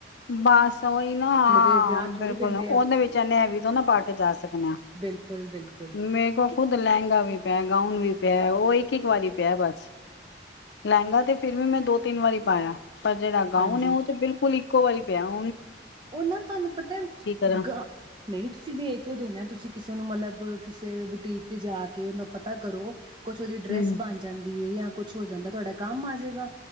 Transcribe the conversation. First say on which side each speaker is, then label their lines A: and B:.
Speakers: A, on the left (about 65°); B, on the right (about 25°).
A: ਬਸ ਉਹੀ ਨਾ, ਹਾਂ
B: ਦੇ ਵਿਆਹ ਥੋੜ੍ਹੀ
A: ਬਿਲਕੁਲ
B: ਪੈਂਦੇ
A: ਉਹਦੇ
B: ਆ
A: ਵਿੱਚ ਆਨੇ ਵੀ ਤੋਂ ਨਾ ਪਾ ਕੇ ਜਾ ਸਕਦੇ ਆ
B: ਬਿਲਕੁਲ ਬਿਲਕੁਲ
A: ਮੇਰੇ ਕੋਲ ਖੁਦ ਲਹਿੰਗਾ ਵੀ ਪਿਆ ਗਾਊਨ ਵੀ ਪਿਆ ਉਹ ਇੱਕ ਇੱਕ ਵਾਰੀ ਪਿਆ ਬਸ ਲਹਿੰਗਾ ਤੇ ਫਿਰ ਵੀ ਮੈਂ ਦੋ ਤਿੰਨ ਵਾਰੀ ਪਾਇਆ ਪਰ ਜਿਹੜਾ ਗਾਉਨ
B: ਹਾਂਜੀ
A: ਨੇ ਉਹ ਤੇ ਬਿਲਕੁਲ ਇੱਕ ਸਹੀ ਪਿਆ ਆਂ।
B: ਉਹ ਨਾ ਤੁਹਾਨੂੰ ਪਤਾ
A: ਕਰਾਂ
B: ਗ ਨਹੀਂ ਤੁਸੀਂ ਦੇ ਕਿਉਂ ਦੇਨਾ ਤੁਸੀਂ ਕਿਸੇ ਨੂੰ ਮਤਲਬ ਕਿਸੇ ਬੁਟੀਕ ਤੇ ਜਾ ਕੇ ਓਂਦਾ ਪਤਾ ਕਰੋ। ਕੁਛ ਉਹਦੀ ਡਰੈਸ
A: ਹਮ
B: ਬਨ ਜਾਂਦੀ ਹੈ ਯਾ ਕੁਛ ਹੋ ਜਾਂਦਾ ਤੁਹਾਡਾ ਕੰਮ ਆ ਜੇਗਾ,